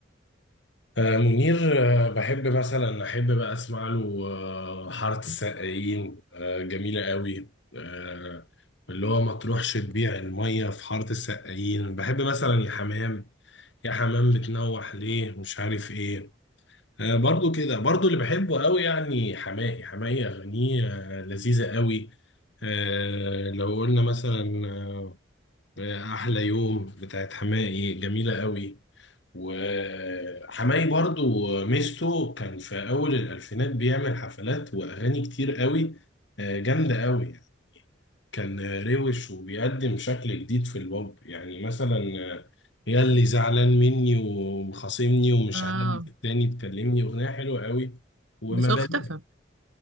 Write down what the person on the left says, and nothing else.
آه، منير آه، بحب مثلا أحب بقى أسمع له آه، حارة السقايين آه، جميلة قوي آه، اللي هو ما تروحش تبيع المية في حارة السقايين بحب مثلا يا حمام يا حمام بتنوح ليه مش عارف إيه آه، برضو كده برضو اللي بحبه قوي يعني حماقي حماقي أغانيه آه، لذيذة قوي آه، لو قلنا مثلا آه، أحلى يوم بتاعت حماقي جميلة قوي وحماقي برضو ميزته كان في أول الألفينات بيعمل حفلات وأغاني كتير قوي آه، جامدة قوي كان روش وبيقدم شكل جديد في البوب يعني مثلا يا اللي زعلان مني ومخاصمني ومش
عاجب التاني تكلمني اغنيه حلوه قوي وما
بلاش